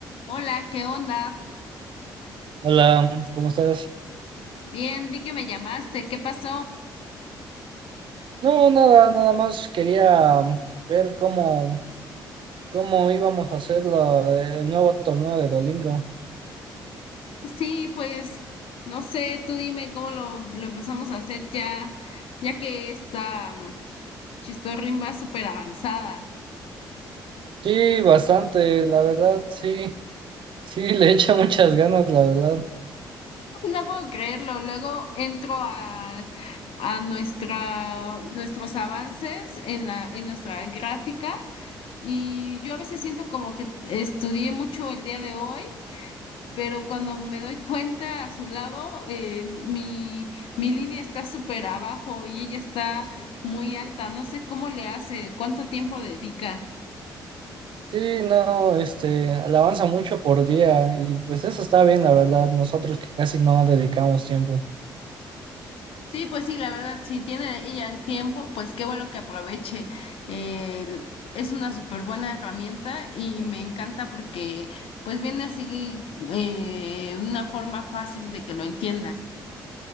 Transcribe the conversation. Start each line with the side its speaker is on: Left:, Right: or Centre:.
Left: Hola, ¿qué onda?
Right: Hola, ¿cómo estás?
Left: Bien, vi que me llamaste. ¿Qué pasó?
Right: No, nada, nada más quería ver cómo, cómo íbamos a hacer la- el nuevo torneo de Dolingo.
Left: Sí, pues no sé, tú dime cómo lo, lo empezamos a hacer ya, ya que esta mm, chistorrín va súper avanzada.
Right: Sí, bastante, la verdad, sí, sí, <laughs> le echa muchas ganas, la verdad.
Left: <laughs> No puedo creerlo. Luego entro al- a nuestra, nuestros avances en la, en nuestra gráfica y yo a veces siento como que estudié mucho el día de hoy pero cuando me doy cuenta a su lado, eh, mi, mi línea está súper abajo y ella está muy alta. No sé cómo le hace, cuánto tiempo dedica.
Right: Sí, no, este, le avanza mucho por día y pues eso está bien, la verdad, nosotros que casi no dedicamos tiempo.
Left: Sí, pues sí, la verdad, si tiene ella el tiempo, pues qué bueno que aproveche. Eh, es una súper buena herramienta y me encanta porque pues viene así eh, una forma fácil de que lo entiendas.